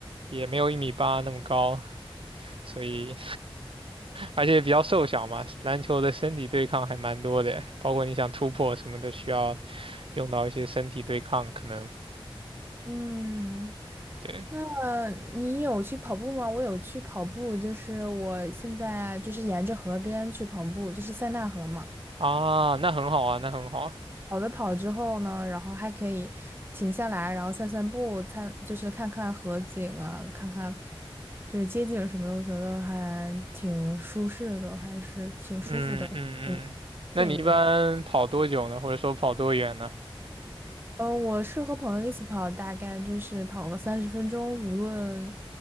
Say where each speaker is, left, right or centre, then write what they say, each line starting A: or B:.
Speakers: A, on the right (about 65°); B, on the right (about 25°).
A: 也没有一米八那么高，所以而且比较瘦小嘛，篮球的身体对抗还蛮多的，包括你想突破什么的需要。用到一些身体对抗，可能
B: 嗯，
A: 对
B: 那你有去跑步吗？我有去跑步，就是我现在就是沿着河边去跑步，就是塞纳河嘛。
A: 啊，那很好啊，那很好啊。
B: 跑的跑之后呢，然后还可以停下来，然后散散步，看就是看看河景啊，看看就是街景什么的，我觉得还挺舒适的，还是挺舒服的，
A: 嗯嗯嗯，
B: 挺
A: 那你一般跑多久呢？
B: 惬意的嗯，呃
A: 或者说跑多远呢？
B: 我是和朋友一起跑，大概就是跑个三十分钟，无论